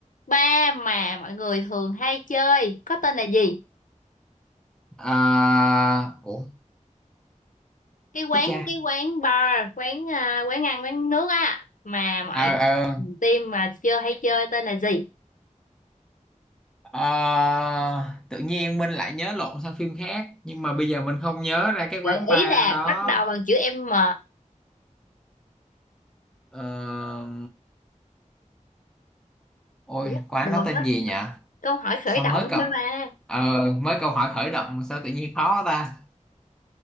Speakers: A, on the left; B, in the centre.
A: bar mà mọi người thường hay chơi có tên là gì?
B: À, ủa,
A: cái quán
B: thích cha.
A: cái quán bar quán à, quán ăn quán nước á mà mọi
B: Ờ ờ
A: team mà chưa hay chơi tên là gì
B: ờ, tự nhiên mình lại nhớ lộn sang phim khác nhưng mà bây giờ mình không nhớ ra cái quán
A: gợi ý
B: bar
A: là
B: đó.
A: bắt đầu bằng chữ M
B: Ờ, ôi,
A: Chữ
B: quán
A: đồ
B: đó
A: mất
B: tên gì nhỉ?
A: câu hỏi khởi
B: Sao
A: động
B: mới cậu
A: thôi mà
B: Ờ, mới câu hỏi khởi động mà sao tự nhiên khó ta?